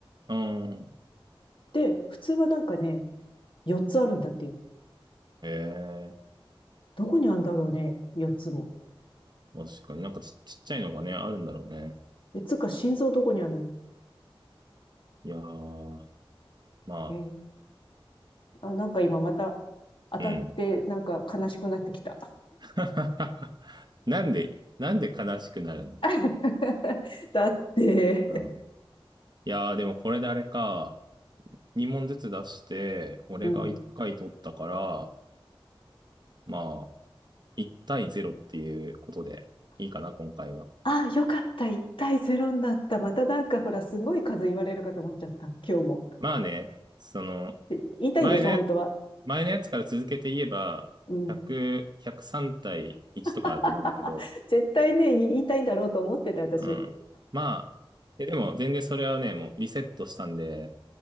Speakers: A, on the right (about 50°); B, on the left (about 65°).
A: うん。
B: で、普通はなんかね、4つあるんだっていう。
A: ええ
B: どこにあるんだろうね、4つも。
A: 確かになんかち、ちっちゃいのがね、あるんだろうね。
B: え、つうか、心臓どこにあるの
A: いやー、まあ、
B: え、あ、なんか今また当たって、
A: うん。
B: なんか悲しくなってきた。
A: <laughs> なんで、なんで悲しくなるの
B: <laughs> だって、
A: うんいやー、でもこれであれか、2問ずつ出して、俺が1回取ったから、
B: うん。
A: まあ、1対0っていうことでいいかな、今回は。
B: あ、よかった。1対0になった。またなんかほら、すごい数言われるかと思っちゃった。今日も。
A: まあね、その、
B: で言いたいんでしょ、
A: 前ね、
B: 本当は。
A: 前のやつから続けて言えば、
B: うん。
A: 100、103対1とかだと思うんだけど、
B: <laughs> 絶対ね、言いたいんだろうと思ってた、私。
A: うん。まあ、えでも全然それはね、もうリセットしたんで、